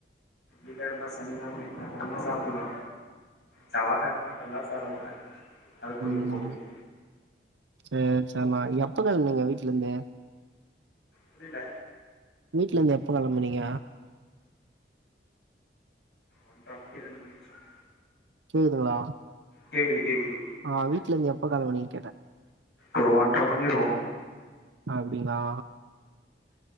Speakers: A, on the left; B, on the right.
A: வெள்ளி கெழெம சனிக்கெழம எல்லா கெழமயு சாப்டுவே செவ்வாகெழம மட்டுதா சாப்ட மாட்டே அது கோயிலுக்
B: ம்
A: போம் போது
B: சேரி சேரிண்ணா எப்ப கெழம்னீங்க வீட்லந்து
A: புரில
B: வீட்லந்து எப்ப கெளம்பனீங்க
A: ஒன்ற மணி ரெண்டு மணி இருக்கு
B: கேக்குதுங்களா
A: கேக்குது கேக்குது
B: ஆ வீட்லந்து எப்ப கெளம்பனீங்கன்னு கேட்ட
A: ஒரு ஒன்றரை மணி இருக்கு
B: அப்டிங்களா